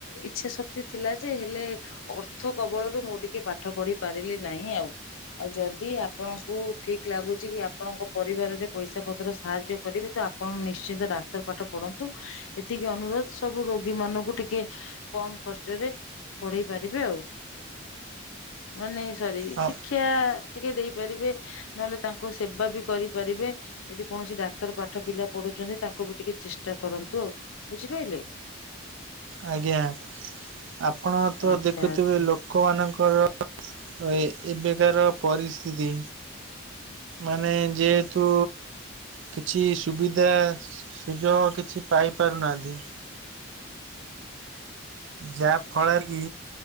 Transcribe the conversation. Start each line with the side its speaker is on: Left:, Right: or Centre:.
Left: ଇଚ୍ଛା ଶକ୍ତି ଥିଲା ଯେ ହେଲେ ଅର୍ଥ କବଳରୁ ମୁଁ ଟିକେ ପାଠ ପଢି ପାରିଲି ନାହିଁ ଆଉ। ଆଉ ଯଦି ଆପଣଙ୍କୁ ଠିକ ଲାଗୁଛି କି ଆପଣଙ୍କ ପରିବାରରେ ପଇସା ପତ୍ର ସାହା ର୍ଯ୍ୟ କରିବେ ତ ଆପଣ ନିଶ୍ଚିନ୍ତ ଡାକ୍ତର ପାଠ ପଢନ୍ତୁ। ଏତିକି ଅନୁରୋଧ ସବୁ ରୋଗୀ ମାନଙ୍କୁ ଟିକେ କମ ଖର୍ଚ୍ଚ ରେ ପଢେଇ ପାରିବେ ଆଉ। ମାନେ ସରି
Right: ଅ
Left: ଶିଖି ଶିକ୍ଷା ଟିକେ ଦେଇପାରିବେ ନହେଲେ ତାଙ୍କୁ ସେବା ବି କରିପାରିବେ ଯଦି କୌଣସି ଡାକ୍ ଧର ପାଠ ପିଲା ପଢୁଛନ୍ତି ତାଙ୍କୁ ବି ଟିକେ ଚେଷ୍ଟା କରନ୍ତୁ। ଆଉ ବୁଝିପାଇଲେ?
Right: ଆଜ୍ଞା ଆପଣ ତ
Left: ଆଚ୍ଛା
Right: ଦେଖୁଥିବେ
Left: ଆଚ୍ଛା
Right: ଲୋକ୍ କମାନଙ୍କର ଏବେକାର ପରିସ୍ଥିତି। ମାନେ ଯେହେତୁ କିଛି ସୁବିଧା ସୁଯୋଗ କିଛି ପାଇପାରୁନାହାନ୍ତି। ଯାହାଫଳରେ କି